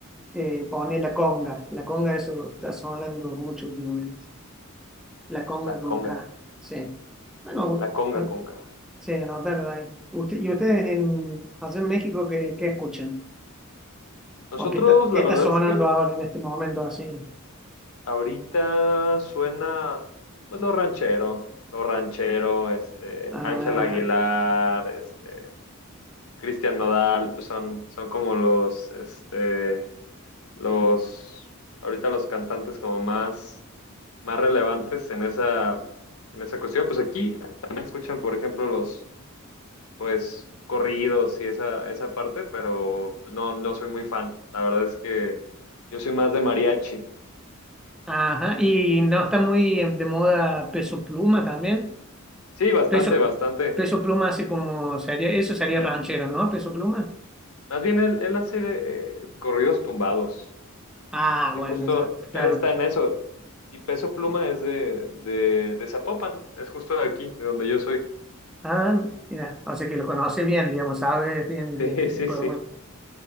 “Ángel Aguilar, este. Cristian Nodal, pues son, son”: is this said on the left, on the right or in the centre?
Left